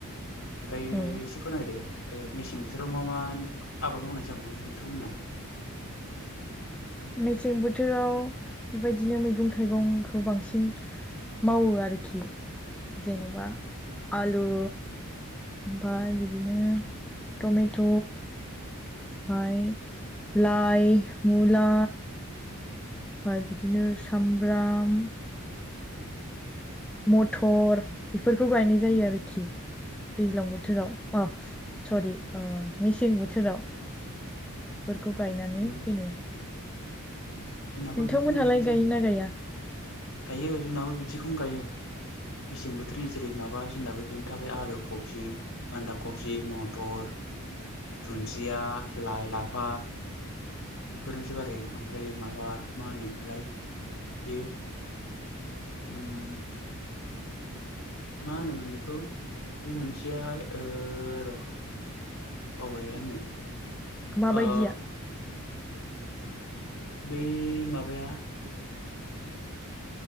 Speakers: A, on the left; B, in the centre.
A: ओमफ्राय
B: औ
A: एसे फोरमायदो मेसें बोथोराव मा मा आबाद मावनाय जाबावोन नोंथांमोना
B: मेसें बोथोराव बेबायदिनो मैगं थाइगंखौ बांसिन मावो आरोखि जेन'बा आलु ओमफ्राय बिदिनो टमेट' ओमफ्राय लाइ मुला ओमफ्राय बिदिनो सामब्राम मथर बेफोरखौ गायनाय जायो
A: उम
B: आरोखि दैज्लां बोथोराव अ सरि मेसें बोथोराव बेफोरखौ गायनानै
A: उम
B: दोनो
A: जोंनाबो
B: नोंथांमोनहालाय
A: बेखौनो गायनाय जायो
B: गायोना गाया
A: गायो जोंनाबो बिदिखौनो गायो मेसें बोथोरनि जेरै माबा जोंनाबो बेनि थाखाय आलु कफि बान्दा खफि मथर दुन्दिया लाइ लाफा बेफोरनो जोब आरो ओमफ्राय माबा मा होनोलाय बेयो उम मा होनोमोन बेखौ बे मोनसेयाहाय र' बावबाय आङो
B: माबायदिया
A: ओ बै माबाया